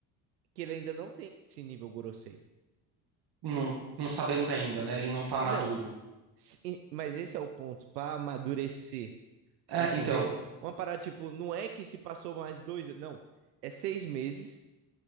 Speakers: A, on the right (about 80°); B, on the right (about 55°).
A: que ele ainda não tem esse nível Gorosei.
B: Não, não sabemos ainda, né? Ele não tá maduro.
A: Não, se- mas esse é o ponto para amadurecer,
B: É,
A: entendeu?
B: então,
A: Uma parada tipo, não é que se passou mais dois, não, é seis meses